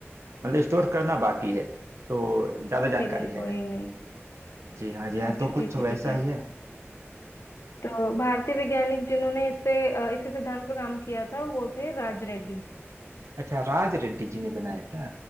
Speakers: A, on the right; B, on the left.
A: मतलब स्टोर करना बाकी है तो ज्यादा जानकारी
B: चलिए
A: है
B: कोई नहीं
A: जी हाँ जी हाँ
B: अच्छा
A: तो कुछ
B: ठीक
A: वैसा
B: है ठीक है
A: ही है
B: तो भारतीय वैज्ञानिक जिन्होंने इस पे अ, इसके सिद्धांत पे काम किया था वो थे राज रेड्डी
A: अच्छा राज रेड्डी जी ने बनाया था